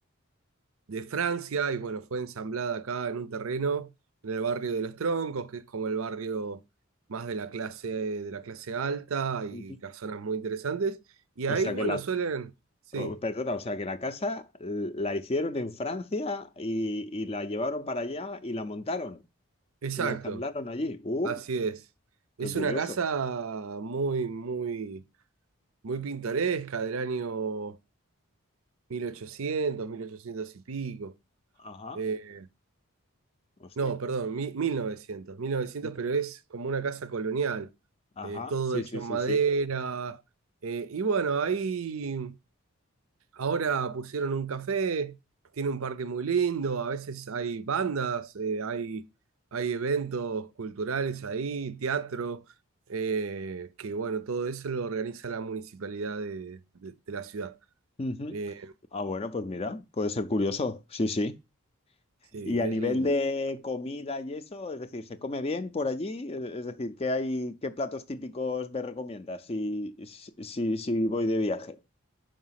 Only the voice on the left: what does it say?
Ujú.
O
sea
que la
Oh, Perdona, o sea que la casa la hicieron en Francia y, y la llevaron para allá y la montaron
y la ensamblaron allí. ¡Uh!
¡Qué curioso!
Ajá,
hostia.
Ujú.
Ajá,
sí,
sí,
sí,
sí.
Ujú.
Ah, bueno, pues mira, puede ser curioso, sí, sí.
Y a
nivel
de comida y eso, es decir, ¿se come bien por allí? Es es decir, ¿qué hay, qué platos típicos me recomiendas si, si, si voy de viaje?